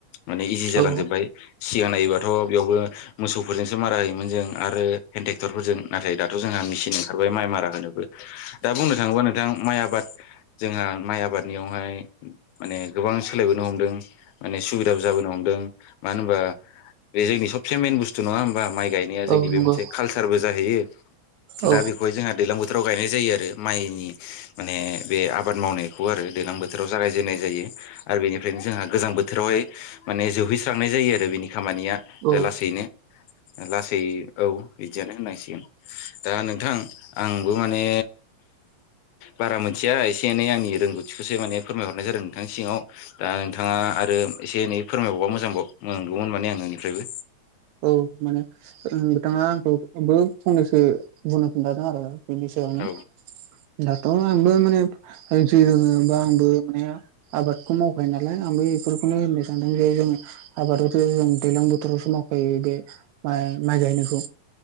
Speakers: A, on the left; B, on the right.
A: माने इजि जालांजोबबाय
B: औ
A: सिगां नायोबाथ' बेयावबो मोसौफोरजोंसो मारा होयोमोन जों आरो हेन्द टेक्टरफोरजों नाथाय दा थ' जोंहा मेचिन ओंखारबाय माइ मारा होनोबो दा बुंनो थाङोबा नोंथां माइ आबाद जोंहा माइ आबादनियावहाय माने गोबां सोलायबोनो हमदों माने सुबिदाबो जाबोनो हमदों मानो होनबा बे जोंनि सबसे मेन बुस्थु नङा होमबा माइ गायनाया
B: औ
A: जोंनि
B: नंगौ
A: बे मोनसे कालसारबो जाहैयो
B: औ
A: दा बेखौहाय जोंहा दैज्लां बोथोराव गायनाय जायो आरो माइनि माने बे आबाद मावनाय खौ आरो दैलां बोथोराव जागायजेननाय जायो आरो बेनिफ्रायनो जोंहा गोजां बोथोरावहाय माने जोबहैस्रांनाय जायो आरो बिनि खामानिया
B: औ
A: ओ लासैनो ओ लासै औ बिदियानो होननांसिगोन दा नोंथां आंबो माने बारा मोनथिया एसे एनै आंनि रोंगौथिखौसो माने फोरमायहरनाय जादों नोंथांनि सिगाङाव दा नोंथाङा आरो एसे एनै फोरमायबावबा मोजांबाव मोनगौमोन माने आं नोंनिफ्रायबो
B: औ माने बिथाङा आंखौबो फंनैसो बुंनो खिन्थादों आरो बिनि सायावनो
A: औ
B: दाथ' आंबो माने जि रोङो बा आंबो माने आबादखौ मावखायो नालाय आंबो एफोरखौनो होननो सानदों जे जोंङो आबादखौथ' जों दैलां बोथोरावसो माव ओइ बे माइ माइ गायनायखौ